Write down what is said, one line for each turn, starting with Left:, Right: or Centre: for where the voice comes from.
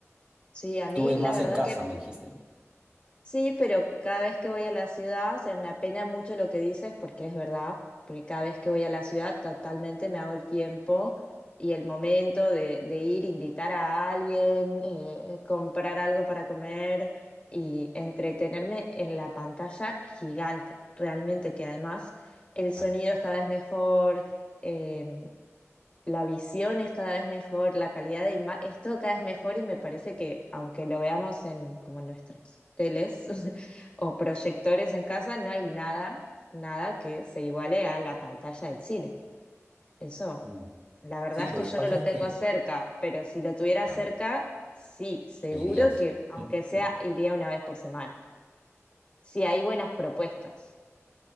Left: Sí, a mí
Right: Tú ves
Left: la
Right: más
Left: verdad
Right: en casa,
Left: que,
Right: me dijiste, ¿no?
Left: Sí, pero cada vez que voy a la ciudad, o sea, me apena mucho lo que dices porque es verdad, porque cada vez que voy a la ciudad totalmente me hago el tiempo y el momento de, de ir, invitar a alguien, eh, eh, comprar algo para comer y entretenerme en la pantalla gigante, realmente que además el sonido
Right: Claro.
Left: es cada vez mejor, em, la visión es cada vez mejor, la calidad de imagen es todo cada vez mejor y me parece que aunque lo veamos en como en nuestros teles <laughs> o proyectores en casa, no hay nada, nada que se iguale a la pantalla del cine. Eso,
Right: Sí,
Left: la verdad
Right: Sí,
Left: es
Right: lo
Left: que
Right: que
Left: yo
Right: pasa
Left: no lo
Right: es
Left: tengo
Right: que,
Left: cerca, pero si lo tuviera
Right: claro,
Left: cerca, sí, seguro
Right: ¿qué dirías?
Left: que aunque
Right: <laughs>
Left: sea iría una vez por semana. Si hay buenas propuestas.